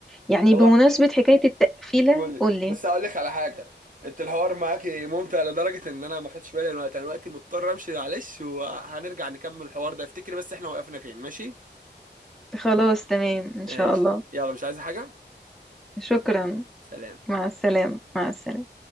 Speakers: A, in the centre; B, on the right.
A: يعني
B: والله
A: بمناسبة حكاية التقفيلة
B: قولي
A: قولي
B: بس اقول لك على حاجه انت الحوار معاكي ممتع لدرجه ان انا ما خدتش بالي من الوقت انا دلوقتي مضطر امشي معلش وهنرجع نكمل الحوار ده افتكري بس احنا وقفنا فين ماشي
A: خلاص تمام ان
B: ماشي
A: شاء الله
B: يلا مش عايزه حاجه
A: شكرا
B: سلام
A: مع السلامة مع السلامة